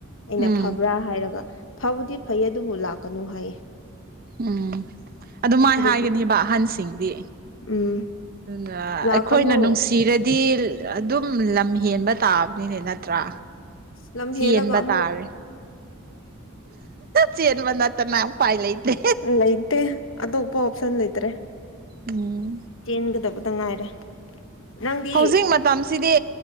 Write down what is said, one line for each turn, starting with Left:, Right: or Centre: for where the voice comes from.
Left: ꯑꯩꯅ
Right: ꯎꯝ
Left: ꯐꯕ꯭ꯔꯥ ꯍꯥꯏꯔꯒ ꯐꯕꯨꯗꯤ ꯐꯩ ꯑꯗꯨꯕꯨ ꯂꯥꯛꯀꯅꯨ ꯍꯥꯏꯌꯦ
Right: ꯎꯝ ꯑꯗꯨ ꯃꯥꯏ
Left: ꯑꯗꯨꯗꯤ
Right: ꯍꯥꯏꯒꯅꯦꯕ ꯑꯍꯟꯁꯤꯡꯗꯤ
Left: ꯎꯝ
Right: ꯑꯗꯨꯅ
Left: ꯂꯥꯛꯀꯅꯨ
Right: ꯑꯩꯈꯣꯏꯅ ꯅꯨꯡꯁꯤꯔꯗꯤ ꯗꯤ ꯑꯗꯨꯝ ꯂꯝ ꯍꯦꯟꯕ ꯇꯥꯕꯅꯤꯅꯦ ꯅꯠꯇ꯭ꯔꯥ
Left: ꯅꯝ
Right: ꯆꯦꯟꯕ
Left: ꯍꯦꯜꯂꯒ ꯑꯃꯨꯛ
Right: ꯇꯥꯔꯦ ꯆꯦꯟꯕ ꯅꯠꯇꯅ ꯎꯄꯥꯢ ꯂꯩꯇꯦ
Left: ꯂꯩꯇꯦ ꯑꯇꯣꯞꯄ ꯑꯣꯞꯁꯟ ꯂꯩꯇ꯭ꯔꯦ
Right: ꯎꯝ
Left: ꯆꯦꯟꯒꯗꯕꯇ ꯉꯥꯏꯔꯦ ꯅꯪꯗꯤ
Right: ꯍꯧꯖꯤꯛ ꯃꯇꯝꯁꯤꯗꯤ